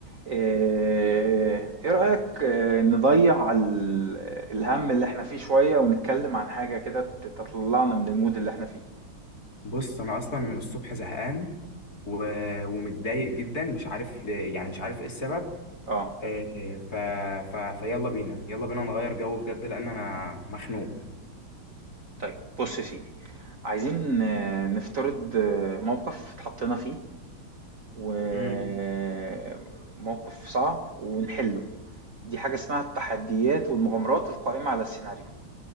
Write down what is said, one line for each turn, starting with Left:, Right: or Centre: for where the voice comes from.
Right: ايه إيه رأيك آه، نضيع ال- الهم اللي احنا فيه شوية ونتكلم عن حاجة كده ت- تطلعنا من المود اللي احنا فيه
Left: بص انا اصلا من الصبح زهقان و... ومتضايق جدا مش عارف ل... يعني مش عارف ايه السبب
Right: اه
Left: آه، ف... ف... فيلا بينا يلا بينا نغير جو بجد لان انا مخنوق
Right: طيب بص يا سيدي عايزين آه، نفترض آه، موقف اتحطينا فيه وموقف
Left: امم
Right: صعب ونحله دي حاجة اسمها التحديات والمغامرات القائمة على السيناريو